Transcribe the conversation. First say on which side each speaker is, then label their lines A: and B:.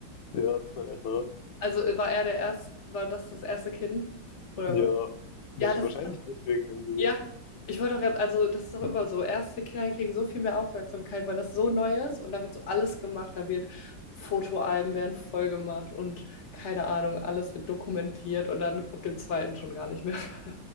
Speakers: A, on the left; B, on the left.
A: Ja, das ist mein älterer.
B: Also äh, war er der erste, war das das erste Kind? Oder
A: Ja,
B: war,
A: wahrsch-
B: ja, das
A: wahrscheinlich deswegen irgendwie.
B: Ja, ich wollte doch gerade, also das ist doch immer so. Erste Kinder kriegen so viel mehr Aufmerksamkeit, weil das so neu ist und da wird so alles gemacht. Da wird Fotoalben werden voll gemacht und keine Ahnung, alles wird dokumentiert und dann ab dem zweiten schon gar nicht mehr. <laughs>